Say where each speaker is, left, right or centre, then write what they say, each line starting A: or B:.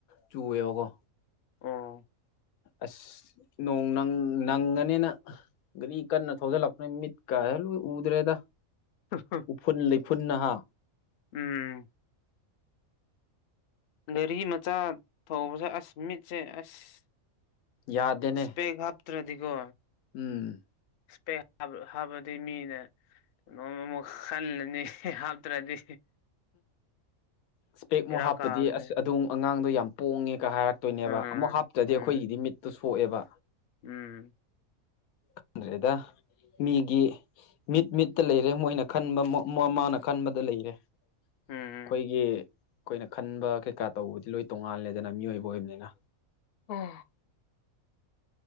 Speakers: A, on the left (about 85°); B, on the left (about 65°).
A: ꯆꯨꯑꯦꯕꯀꯣ
B: ꯑꯣ
A: ꯑꯁ ꯅꯣꯡ ꯅꯪ ꯅꯪꯒꯅꯤꯅ ꯒꯥꯔꯤ ꯀꯟꯅ ꯊꯧꯖꯤꯜꯂꯛꯄꯅꯦ ꯃꯤꯠ ꯀꯥꯁꯤ ꯂꯣꯏ ꯎꯗ꯭ꯔꯦꯗ
B: <inaudible>
A: ꯎꯐꯨꯟ ꯂꯩꯐꯨꯟꯅ ꯍꯥ
B: ꯎꯝ ꯒꯥꯔꯤ ꯃꯆꯥ ꯊꯧꯕꯁꯦ ꯑꯁ ꯃꯤꯠꯁꯦ ꯑꯁ
A: ꯌꯥꯗꯦꯅꯦ
B: ꯏꯁꯄꯦꯛ ꯍꯥꯞꯇ꯭ꯔꯗꯤꯀꯣ
A: ꯎꯝ
B: ꯏꯁꯄꯦꯛ <unintelligible> ꯍꯥꯞꯔꯥꯗꯤ ꯃꯤꯅ ꯅꯣꯡꯃ ꯑꯃꯨꯛ ꯈꯜꯂꯅꯤ ꯍꯥꯞꯇ꯭ꯔꯗꯤ
A: ꯏꯁꯄꯦꯛꯃꯨ
B: ꯕꯦꯔꯥ
A: ꯍꯥꯞꯄꯗꯤ
B: ꯀꯥꯕꯅꯦ
A: ꯑꯁ ꯑꯗꯨꯝ ꯑꯉꯥꯡꯗꯣ ꯌꯥꯝ ꯄꯣꯡꯉꯦꯒ ꯍꯥꯏꯔ ꯍꯥꯞꯇꯣꯏꯅꯦꯕ
B: ꯑꯥ
A: ꯑꯃꯨꯛ ꯍꯥꯞꯇ꯭ꯔꯗꯤ
B: ꯎꯝ
A: ꯑꯩꯈꯣꯏꯒꯤꯗꯤ ꯃꯤꯠꯇꯣ ꯁꯣꯛꯑꯦꯕ
B: ꯎꯝ
A: ꯈꯪꯗ꯭ꯔꯦꯗ ꯃꯤꯒꯤ ꯃꯤꯠ ꯃꯤꯠꯇ ꯂꯩꯔꯦ ꯃꯣꯏꯅ ꯈꯟꯕ ꯃ ꯃꯥꯅ ꯈꯟꯕꯗ ꯂꯩꯔꯦ ꯑꯩꯈꯣꯏꯒꯤ
B: ꯎꯝ
A: ꯑꯩꯈꯣꯏꯅ ꯈꯟꯕ ꯀꯩꯀꯥ ꯇꯧꯕꯗꯤ ꯂꯣꯏ ꯇꯣꯡꯉꯥꯜꯂꯦꯗꯅ ꯃꯤꯑꯣꯏꯕ ꯑꯣꯏꯕꯅꯤꯅ
B: ꯎꯝ